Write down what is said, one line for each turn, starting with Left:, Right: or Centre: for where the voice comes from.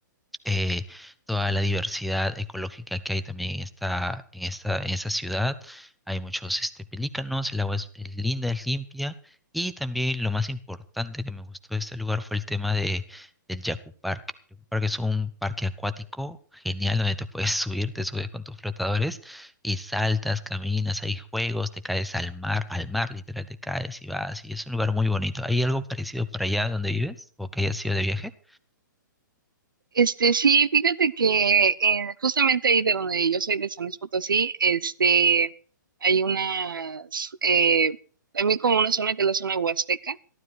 Centre: eh, toda la diversidad ecológica que hay también en esta, en esta, en esta ciudad. Hay muchos este, pelícanos, el agua es, es linda, es limpia. Y también lo más importante que me gustó de este lugar fue el tema de, del Yaku Park. El Yaku Park es un parque acuático genial donde te puedes <laughs> subir, te subes con tus flotadores y saltas, caminas, hay juegos, te caes al mar, al mar literal te caes y vas. Y es un lugar muy bonito. ¿Hay algo parecido por allá donde vives o que hayas ido de viaje?
Right: Este, sí, fíjate que eh, justamente ahí de donde yo soy de San Luis Potosí, este, hay unas, eh, también como una zona que es la zona huasteca,